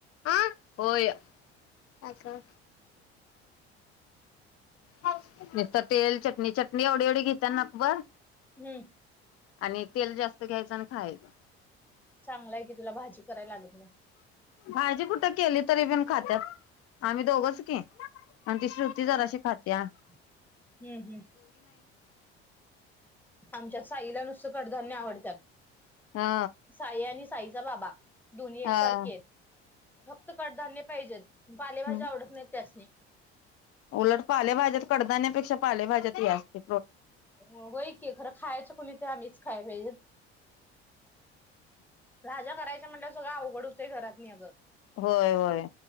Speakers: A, on the left; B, in the centre.
A: आ होय अगं मावशी निसता तेल, चटणी चटणी एवढी एवढी घेती त्या नकभर
B: हं
A: आणि तेल जास्त घ्यायचं आणि खायाच.
B: चांगलाय की तुला भाजी कराय लागत नाई
A: भाजी कुठं केली तरी पीन खात्यात् आम्ही दोघंच की आमची श्रुती जराशी
B: हम्म
A: खात- - <inaudible>
B: हम्म हम्म आमच्यास साईला नुसतं कडधान्य आवडत्यात.
A: हा
B: साई आणि साईचा बाबा दोन्ही एकसारखीयेत
A: हा
B: फक्त कडधान्य पाहिजेत पालेभाजी
A: हम्म.
B: आवडत नाहीत त्यासनी
A: उलट पालेभाज्यात कडधान्यापेक्षा पालेभााज्यात हे असतय
B: व्हय कि खरं खायचं कोणी ते आम्हीच खायय पाहिजेत. भाज्या करायच म्हणल्यावर सगळं अवघड हुतंय घरातनी अगं
A: होय व्हय